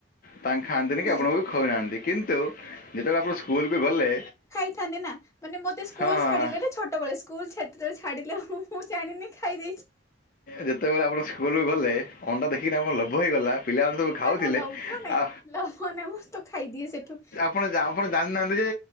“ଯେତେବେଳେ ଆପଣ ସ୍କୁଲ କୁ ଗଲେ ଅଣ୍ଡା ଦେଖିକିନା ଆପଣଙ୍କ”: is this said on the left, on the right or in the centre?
Left